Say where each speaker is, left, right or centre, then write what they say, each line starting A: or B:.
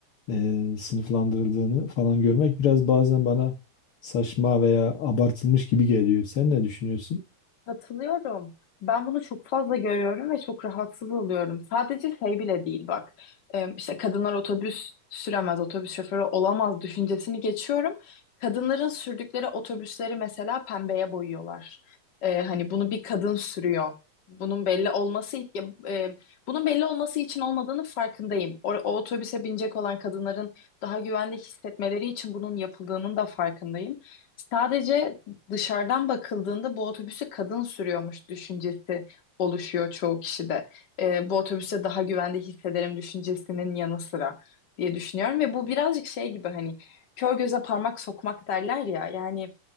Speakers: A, on the left; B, on the left.
A: e, sınıflandırıldığını falan görmek biraz bazen bana saçma veya abartılmış gibi geliyor. Sen ne düşünüyorsun?
B: katılıyorum. Ben bunu çok fazla görüyorum ve çok rahatsız oluyorum. Sadece şey bile değil bak. Ee, işte kadınlar otobüs süremez, otobüs şoförü olamaz düşüncesini geçiyorum. Kadınların sürdükleri otobüsleri mesela pembeye boyuyorlar. Ee, hani bunu bir kadın sürüyor. Bunun belli olması ya, e, bunun belli olması için olmadığını farkındayım. O, o otobüse binecek olan kadınların daha güvende hissetmeleri için bunun yapıldığının da farkındayım. Sadece dışarıdan bakıldığında bu otobüsü kadın sürüyormuş düşüncesi oluşuyor çoğu kişide. Ee, bu otobüse daha güvende hissederim düşüncesinin yanı sıra diye düşünüyorum ve bu birazcık şey gibi hani kör göze parmak sokmak derler ya yani